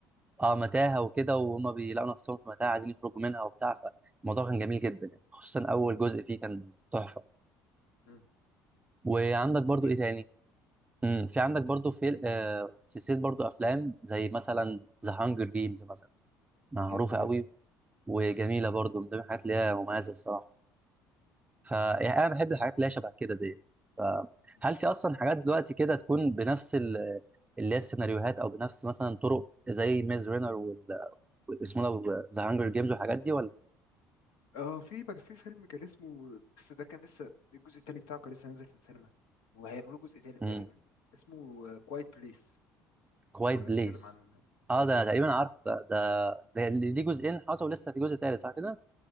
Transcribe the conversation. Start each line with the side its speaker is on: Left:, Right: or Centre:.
Right: اه متاهه وكده وهم بيلاقوا نفسهم في متاهه عايزين يخرجوا منها وبتاع فالموضوع كان جميل جدا يعني خصوصا اول جزء
Left: مم.
Right: فيه كان تحفه
Left: مم.
Right: وعندك برضو
Left: ايه تاني
Right: ايه تاني امم في عندك برضو في آه سلسله برضو افلام زي مثلا ذا هانجر جيمز مثلا معروفه
Left: جامده جدا
Right: قوي وجميله برضو من ضمن الحاجات اللي هي مميزه الصراحه ف يعني انا بحب الحاجات اللي هي شبه كده ديت
Left: مم.
Right: فهل في اصلا حاجات دلوقتي كده تكون بنفس ال- اللي هي السيناريوهات او بنفس مثلا طرق زي ميز رينر وال اسمه ده ذا هانجر جيمز والحاجات دي ولا
Left: اه في بقى في فيلم كان اسمه بس ده كان لسه الجزء التاني بتاعه كان لسه نازل في السينما وهيعملوا جزء تالت
Right: امم
Left: تقريبا اسمه كوايت بليس
Right: كوايت
Left: برضه
Right: بليس
Left: بيتكلم عن
Right: اه
Left: كوايت
Right: ده
Left: بليس
Right: أنا تقريبا عارف ده ده ده اللي ليه جزئين حصل ولسه في جزء تالت صح كده